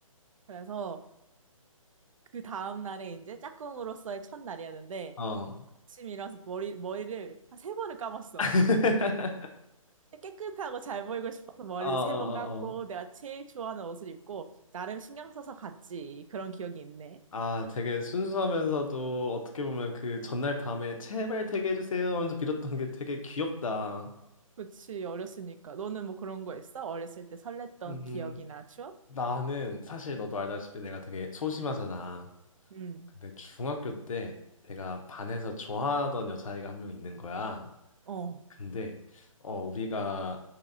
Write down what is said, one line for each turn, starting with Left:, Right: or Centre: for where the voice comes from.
Right: 그래서 그 다음 날에 이제 짝꿍으로서의 첫날이었는데
Left: 어.
Right: 아침 일어나서 머리 머리를 한 세 번을 감았어.
Left: <laughs>
Right: 깨끗하고 잘 보이고 싶어서 머리도
Left: 어, 어,
Right: 세 번 감고
Left: 어, 어.
Right: 내가 제일 좋아하는 옷을 입고 나름 신경 써서 갔지. 그런 기억이 있네.
Left: 아, 되게 순수하면서도 어떻게 보면 그 전날 밤에 제발 되게 해주세요 하면서 빌었던 게 되게 귀엽다.
Right: 그치, 어렸으니까. 너는 뭐 그런 거 있어? 어렸을 때 설렜던
Left: 음,
Right: 기억이나 추억?
Left: 나는 사실 너도 알다시피 내가 되게 소심하잖아.
Right: 응.
Left: 근데 중학교 때 내가 반에서 좋아하던 여자아이가 한 명 있는 거야.
Right: 어,
Left: 근데 어 우리가